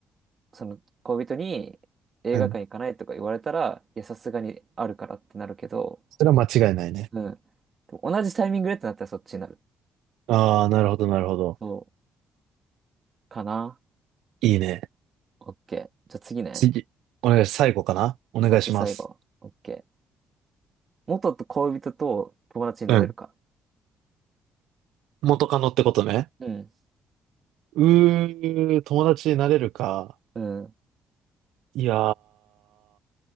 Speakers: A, on the right; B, on the right.
A: その恋人に映画館行かないとか言われたら、
B: うん。
A: いや、さすがにあるからってなるけど、
B: それは間違いないね。
A: うん。でも同じタイミングでってなったらそっちになる。
B: ああ、なるほど、なるほど。
A: そう。かな
B: いいね。
A: ?OK。じゃあ次ね。
B: 次、お願いし、最後かなお願いします。
A: OK、最後。OK。元と恋人と友達になれるか。
B: うん。元カノってことね。
A: うん。
B: うー、友達になれるか。
A: うん。
B: いやー、